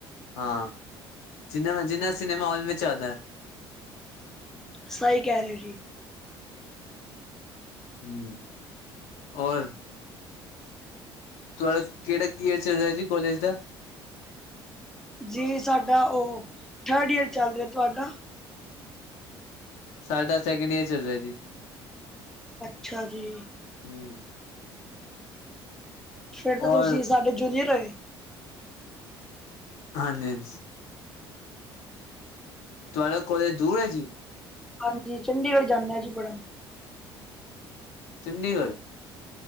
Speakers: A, on the left; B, in the centre.
A: ਹਾਂ ਜਿੰਨਾ ਮ ਜਿੰਨਾ ਸਿਨੇਮਾ ਹੋਲ ਚ ਆਉਂਦਾ।
B: ਸਹੀ ਕਹਿ ਰਹੇ ਹੋ ਜੀ।
A: ਹਮ ਔਰ ਤੁਹਾਡਾ ਕਿਹੜਾ ਈਅਰ ਚੱਲ ਰਿਹਾ ਕਾਲਜ ਦਾ।
B: ਜੀ ਸਾਡਾ ਉਹ ਥਰਡ ਈਅਰ ਚੱਲ ਰਿਹਾ ਤੁਹਾਡਾ?
A: ਸਾਢੇ ਅਸ ਸੈਕਿੰਡ ਇਅਰ ਚੱਲ ਰਿਹਾ ਜੀ।
B: ਅੱਛਾ ਜੀ
A: ਹਮ।
B: ਫੇਰ ਤਾਂ
A: ਔਰ
B: ਤੁਸੀਂ ਸਾਡੇ ਜੂਨੀਅਰ ਹੋਏ।
A: ਹਾਂਜੀ, ਹਾਂਜੀ ਤੁਹਾਡਾ ਕੋਲਜ ਦੂਰ ਹੈ ਜੀ
B: ਹਾਂਜੀ ਚੰਡੀਗੜ੍ਹ ਜਾਂਦੇ ਜੀ ਪੜਨ
A: ਚੰਡੀਗੜ੍ਹ